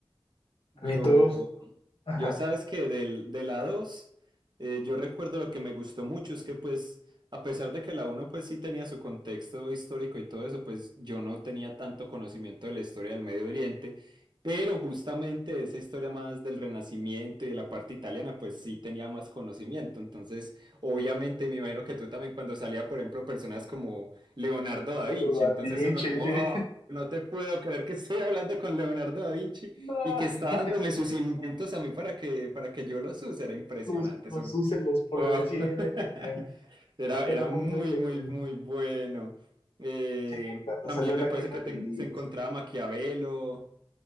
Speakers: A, on the right; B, on the left.
A: yo.
B: ¿Y tú? <laughs> Ajá.
A: Yo sabes que del, de la 2 eh, yo recuerdo lo que me gustó mucho es que pues, a pesar de que la uno pues sí tenía su contexto histórico y todo eso, pues yo no tenía tanto conocimiento de la historia del Medio Oriente, pero justamente esa historia más del Renacimiento y de la parte italiana pues sí tenía más conocimiento. Entonces, obviamente me imagino que tú también cuando salía, por ejemplo, personas como Leonardo da
B: Eduardo
A: Vinci,
B: Da
A: entonces
B: Vinci,
A: uno como,
B: sí.
A: "Ah, no te puedo creer que estoy hablando con Leonardo da Vinci.
B: No.
A: Y que
B: <laughs>
A: está dándome sus inventos a mí para que, para que yo los use. Era impresionante
B: Los, los
A: eso.
B: use, los pruebe,
A: Oh.
B: sí,
A: <laughs>
B: era genial.
A: Era, era
B: Era muy,
A: muy,
B: muy genial.
A: muy, muy bueno. Eh,
B: Y Cuando
A: también
B: salió
A: me
B: la
A: parece
B: quema
A: que
B: del
A: te-
B: libro.
A: se encontraba Maquiavelo.